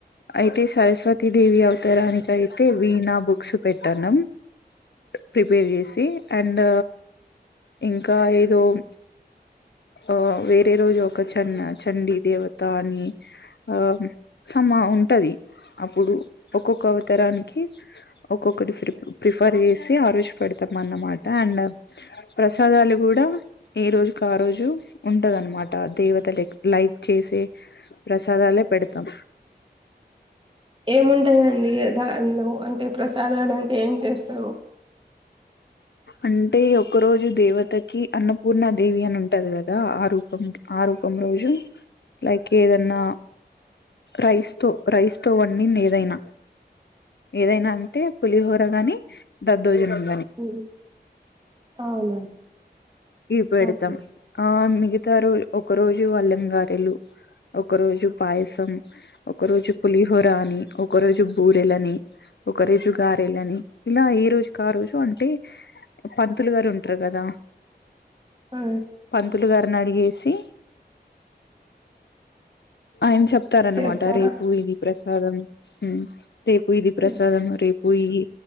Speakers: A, on the left; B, on the right.
A: అయితే సరస్వతీ దేవి అవతరానికి అయితే వీణ బుక్స్ పెట్టానం ప్రిపేర్ చేసి అండ్ ఇంకా ఏదో ఆ వేరే రోజు ఒక చన్ చండీ దేవత అని ఆ సమా ఉంటాది అప్పుడు ఒక్కొక్క అవతరాని కి ఒక్కొక్కటి ప్ర ప్రిఫర్ చేసి ఆ రోజు పెడతాం అన్నమాట అండ్ ప్రసాదాలు కూడా ఏ రోజుకి ఆ రోజు ఉంటదనమాట దేవతలకి లైక్ చేసే ప్రసాదాలే పెడతాం
B: ఏముంటాదండి దాలు అంటే ప్రసాదాలు అంటే ఏం చేస్తారు
A: అంటే ఒక రోజు దేవతకి అన్నపూర్ణ దేవి అని ఉంటది కదా ఆ రూపం ఆ రూపం రోజు లైక్ ఏదన్నా రైస్ తో రైస్ తో వండింది ఏదైనా ఏదైనా అంటే పులిహోర గాని దద్ దోజనం
B: ఉహు అవునా
A: ఇవి పెడతాం
B: ఓకే
A: ఆ ఆన్ని ఇతరుల్ ఒక రోజు అల్లం గారెలు ఒకరోజు పాయసం ఒక రోజు పులిహోర అని ఒక రోజు బూరెలని ఒక రోజు గారెలని ఇలా ఈ రోజుకి ఆ రోజు అంటే పంతులు గారు ఉంటరు కదా
B: ఆ
A: పంతులు గా <inaudible> అడిగేసి ఆయన చెప్ ప్తారనమాట
B: చేస్తారా
A: రేపు ఇది ప్రశ్ కదం ఉమ్ రేపు ఇది ప్రసాదం
B: ఆ
A: రే పొయ్యి